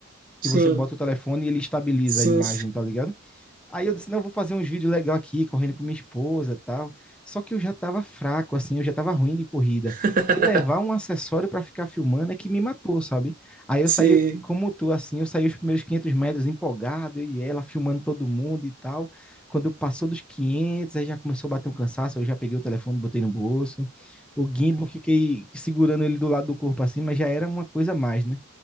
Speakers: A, in the centre; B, on the right (about 40°).
A: que
B: Sim,
A: você bota o telefone e ele estabiliza
B: sim.
A: a imagem, tá ligado? Aí eu disse, não, eu vou fazer uns vídeos legais aqui, correndo com minha esposa e tal. Só que eu já tava fraco, assim, eu já tava ruim de corrida.
B: <laughs>
A: Me levar um acessório para ficar filmando é que me matou, sabe? Aí eu
B: Sim,
A: saí, como tu, assim, eu saí os primeiros 500 metros empolgado, e ela filmando todo mundo e tal. Quando passou dos 500, aí já começou a bater um cansaço, eu já peguei o telefone, botei no bolso. O gimbal, fiquei segurando ele do lado do corpo, assim, mas já era uma coisa a mais, né?